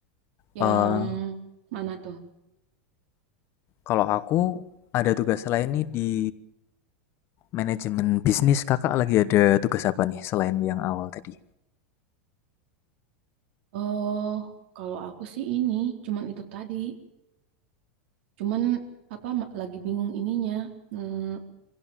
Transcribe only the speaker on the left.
Eh
kalau aku ada tugas lain nih di Manajemen bisnis kakak lagi ada tugas apa nih selain yang awal tadi?